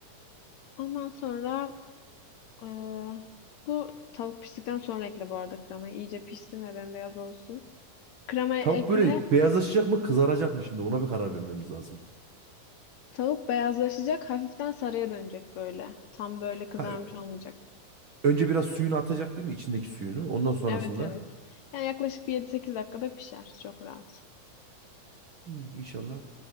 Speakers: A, on the left; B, on the right.
A: Ondan sonra eee, bu tavuk piştikten sonra ekle bu arada kremayı. İyice pişsin ve bembeyaz olsun. Kremayı
B: Tavuk
A: ekle.
B: böyle beyazlaşacak mı kızaracak mı şimdi ona bir karar vermemiz lazım.
A: Tavuk beyazlaşacak. Hafiften sarıya dönecek böyle. Tam böyle kızarmış
B: Ha, ö-
A: olmayacak.
B: önce biraz suyunu atacak değil mi içindeki suyunu? Ondan sonrasında
A: Evet evet. Yani yaklaşık bir yedi sekiz dakikada pişer. Çok rahat.
B: İyi, inşallah